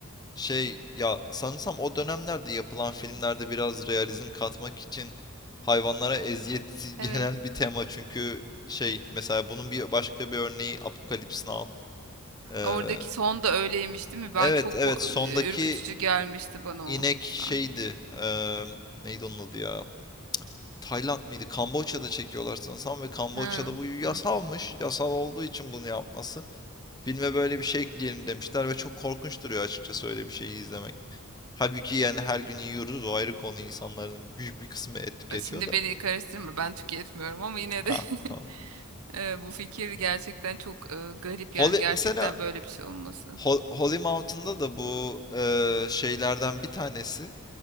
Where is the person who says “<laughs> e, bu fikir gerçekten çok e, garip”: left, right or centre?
Right